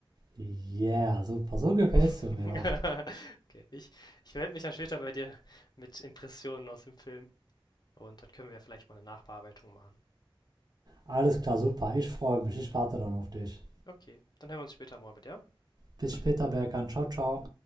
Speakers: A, on the right (about 45°); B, on the left (about 50°).
A: yeah, super. So gefällst
B: Okay,
A: du mir doch.
B: ich, ich melde mich dann später bei dir mit Impressionen aus dem Film. Und dann können wir ja vielleicht mal eine Nachbearbeitung machen.
A: Alles klar, super. Ich freue mich. Ich warte dann auf dich.
B: Okay, dann hören wir uns später mal mit, ja?
A: Bis später, Berkan. Ciao, ciao.